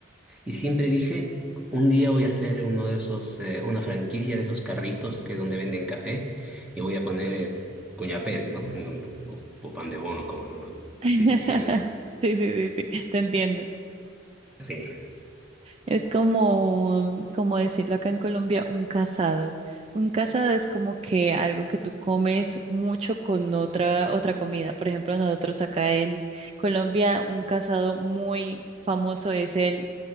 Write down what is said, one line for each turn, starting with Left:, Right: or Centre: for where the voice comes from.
Centre: Y siempre dije, un día voy a hacer uno de esos, eh, una franquicia de esos carritos que donde venden café y voy a poner eh, cuñapés, ¿no? En un- O, o pan de bono, como lo-
Right: <laughs>
Centre: se dice allá.
Right: Sí, sí, sí, sí, te entiendo.
Centre: Sí.
Right: Es como, como decirlo acá en Colombia, un casado. Un casado es como que algo que tú comes mucho con otra, otra comida. Por ejemplo, nosotros acá en Colombia, un casado muy famoso es el